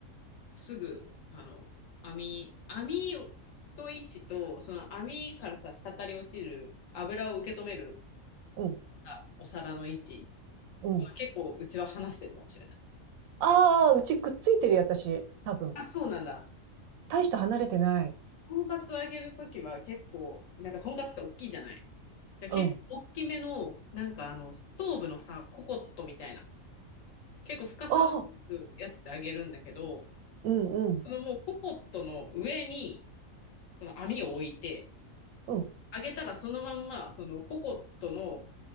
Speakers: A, on the left; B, on the right.
A: すぐあの網、網の位置とその網からさ滴り落ちる油を受け止める
B: うん、
A: さお皿の位置
B: うん。
A: は結構うちは話してるかもしれない。
B: ああ、うちくっついてるよ、私。多分。
A: あ、そうなんだ。
B: 大して離れてない。
A: とんかつ揚げるときは結構、なんかとんかつって大きいじゃない。で結構大きめの、
B: うん。
A: なんかあの、ストーブのさ、ココットみたいな、結構深さなくやつで揚げるんだけど、
B: ああ、うんうん。
A: そのもうココットの上にその網を置いて、
B: うん。
A: 揚げたらそのまんま、そのココットの、